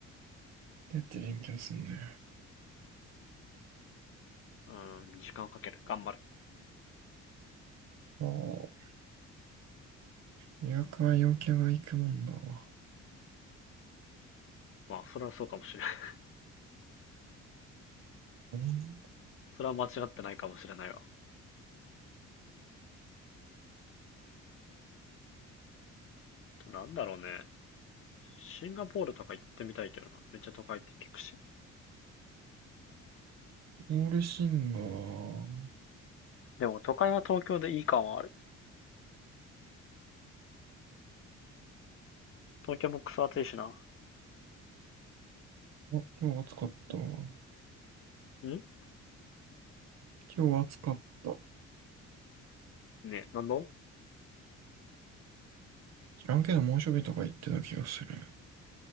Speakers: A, on the right; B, on the left.
A: うやって勉強すんのよ。
B: うーん、時間をかける。頑張る。
A: ああ、留学は陽キャが行くもんだわ。
B: まあ、それはそうかもしれない。
A: うん
B: <laughs> それは間違ってないかもしれないわ。なんだろうね。シンガポールとか行ってみたいけどな。めっちゃ都会って聞くし。
A: オールシンガー。
B: でも都会は東京でいい感はある。東京もクソ暑いしな。
A: あ、今日暑かったわ。
B: ん
A: 今日暑かった。
B: ねえ、なんだ
A: 知らんけど猛暑日とか言ってた気がする。